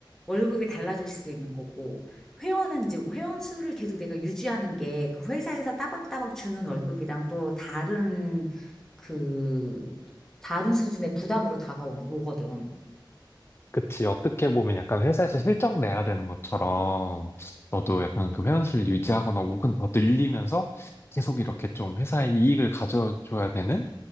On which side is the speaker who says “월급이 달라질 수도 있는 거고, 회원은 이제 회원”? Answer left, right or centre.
Centre